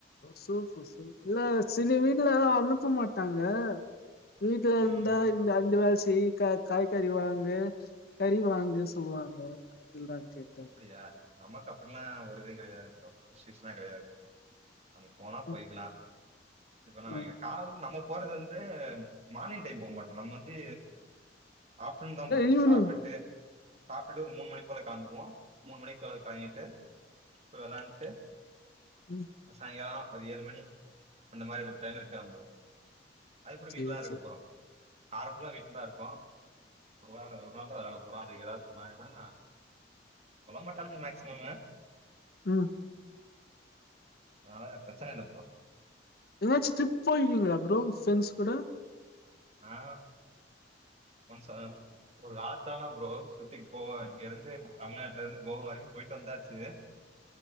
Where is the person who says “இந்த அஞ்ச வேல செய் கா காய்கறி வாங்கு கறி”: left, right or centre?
Left